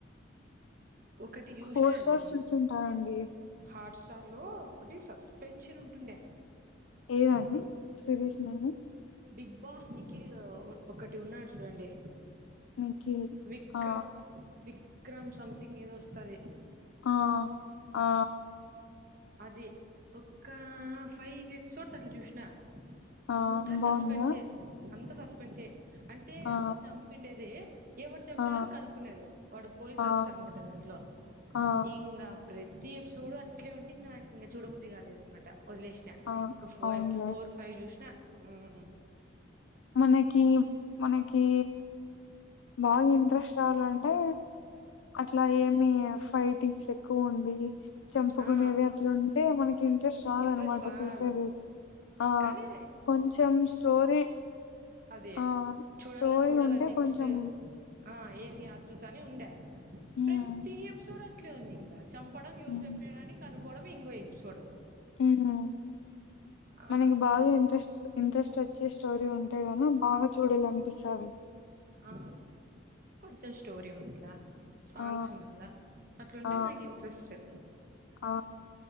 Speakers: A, on the right; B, on the left.
A: ఒక్కటి జూష్నా
B: ఫోర్ స్టార్స్
A: అండి
B: చూస్తుంటానండి
A: హాట్ స్టార్ లో ఒకటి సస్పెన్షన్ ఉంటుండే
B: ఏదండి
A: ఆ
B: సిరీష్ నేము
A: బిగ్ బాస్ నిఖిలూ ఒకటి ఉన్నాడ్ జూడండి
B: నిఖిల్
A: విక్రమ్
B: ఆ
A: విక్రమ్ సంథింగ్ ఏదో వొస్తది
B: ఆ ఆ
A: అది ఒక్కా ఫైవ్ ఎపిసోడ్స్ అట్లా జూష్నా అంతా
B: ఆ బాగుందా
A: సస్పెన్సే అంతా సస్పెన్సే అంటే
B: ఆ
A: అంత చంపిండేదే ఎవడు చంపినారని
B: ఆ
A: కడుక్క్కనేది వాడు పోలీస్
B: ఆ
A: ఆఫీసర్ అనుకుంట దాంట్లో
B: ఆ
A: ఇంగ ప్రతి ఎపిసోడ్ అట్లే ఉంటే ఇంగ నాకి ఇంగ చూడబుద్ది గాలేదనమాట వదిలేష్ ష
B: ఆ
A: ఒక ఫోరె
B: అవునులే
A: ఫోర్ ఫైవ్ జూష్నా ఉ ఊ ఉ
B: మనకీబ్ మనకీ బాగా ఇంట్రెస్ట్ రావాలం డే అట్లా ఏమి ఫైటింగ్స్ ఎక్కువుండి చంపుకునేది
A: ఆ
B: అట్లుంటే మనకి ఇంట్రెస్ట్ రాదనమాట
A: ఇంట్రెస్ట్ రాదు
B: చూసేది ఆ
A: కానీ
B: కొంచం స్టోరీ
A: అదే
B: ఆ
A: చూడల్ల
B: స్టోరీ
A: చూడల్ల
B: ఉంటే
A: అన్ నెక్స్టు
B: కొంచెం
A: ఆ ఏంది ఆత్రృత అని ఉండ్యా
B: హ్మ్.
A: ప్రతి ఎపిసోడ్ అట్లే ఉంది ఇంగ చంప డం ఎవరు
B: హ్మ్.
A: జంపినారని కనుకోవడం ఇంగో ఎపిసోడు
B: ఉనా
A: ఆ
B: మనకి బాగా ఇంట్రెస్టు ఇంట్రెస్టొ చ్చే స్టోరీ ఉంటే గాన బాగా చూడాలినిపిస్తాది
A: ఆ కొంచం స్టోరి ఉండల్లా సాంగ్సుండల్ల
B: ఆ!
A: అట్లుంటే
B: ఆ!
A: మనకి ఇంట్రెస్టు
B: ఆ